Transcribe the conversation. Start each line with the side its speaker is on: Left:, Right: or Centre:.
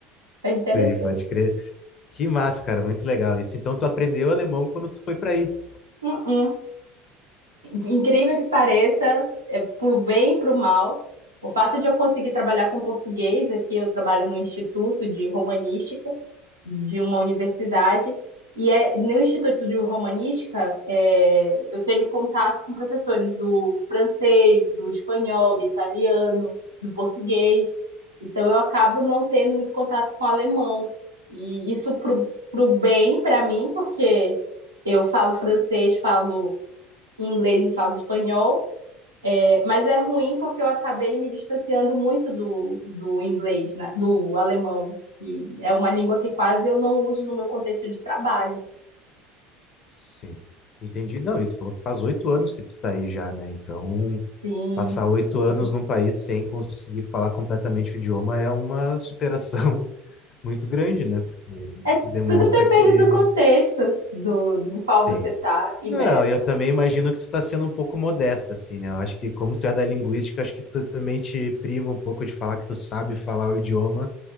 Right: é interessante.
Left: sim, pode crer. Que massa, cara, muito legal isso. Então, tu aprendeu alemão quando tu foi para aí.
Right: Uh-uh. incrível que pareça, é, por bem e por mal, o fato de eu conseguir trabalhar com português aqui, eu trabalho no Instituto de Romanística de uma universidade, e é, no Instituto de Romanística é, eu tenho contato com professores do francês, do espanhol, do italiano, do português, então eu acabo não tendo muito contato com alemão, e isso pro, pro bem para mim, porque eu falo francês, falo inglês e falo espanhol. É, mas é ruim porque eu acabei me distanciando muito do, do inglês, né? Do alemão, que é uma língua que quase eu não uso no meu contexto de trabalho.
Left: Sim, entendi. Não, e tu falou que faz oito anos que tu tá aí já, né? Então,
Right: Sim,
Left: Passar oito
Right: sim.
Left: anos num país sem conseguir falar completamente o idioma é uma superação <laughs> muito grande, né? Porque
Right: É,
Left: demonstra
Right: tudo depende
Left: que
Right: do contexto do, do qual
Left: sim.
Right: você tá imerso.
Left: Não, eu também imagino que tu tá sendo um pouco modesta, assim, né? Eu acho que como tu é da linguística, eu acho que tu também te priva um pouco de falar que tu sabe falar o idioma,